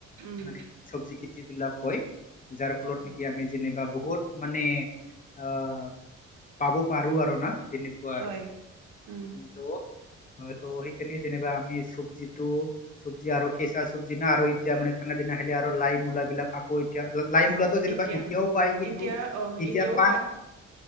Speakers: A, on the right; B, on the left.
A: উম,
B: মানে চব্জি খেতি বিলাক হয় যাৰ ফলত
A: হয়,
B: নেকি আমি যেনিবা বহুত মানে অহ পাব পাৰো আৰু না তেনেকুৱা
A: হয়,
B: আৰু
A: উম,
B: <unintelligible> যেনিবা আমি চব্জিটোোট চবজি আৰু কেঁচা চব্জি না আৰু এতিয়া মানে ঠাণ্ডা দিনা আহিলে আৰু লাইট মূলাবিলাক আকৌ এতিয়া লাই মূলাটো যেনিবা
A: এতিয়া
B: এতিয়াও পায় কিন্তু
A: এতিয়া অ',
B: এতিয়া
A: এতিয়াও
B: পায় <inaudible>